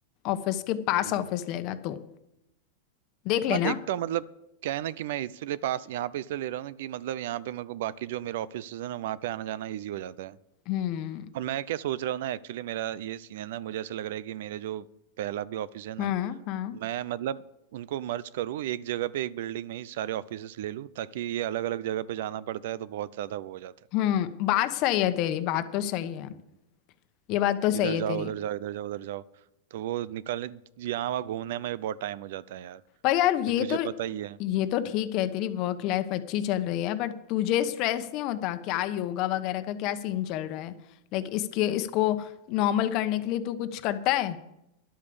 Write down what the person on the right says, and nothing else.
हम्म
हाँ देखता हूँ मतलब क्या है ना कि मैं इसलिए पास यहाँ पे इसलिए ले रहा हूँ ना कि मतलब यहाँ पे मेरे को बाकी जो मेरे ऑफिस है ना वहाँ पे आना जाना इजी हो जाता है
और मैं क्या सोच रहा हूँ ना एक्चुअली मेरा ये सीन है ना मुझे ऐसा लग रहा है कि मेरे जो पहला भी ऑफिस है ना
मैं मतलब उनको मर्ज करूँ एक जगह पे एक बिल्डिंग में ही सारे ऑफिसेस ले लूँ ताकि ये अलग अलग जगह पे जाना पड़ता है तो बहुत ज्यादा वो हो जाता है
हम्म।
इधर
जाओ
उधर जाओ इधर जाओ उधर जाओ तो वो निकलने यहाँ वहाँ घूमने में भी बहुत टाइम हो जाता है यार
फिर तुझे
पता ही है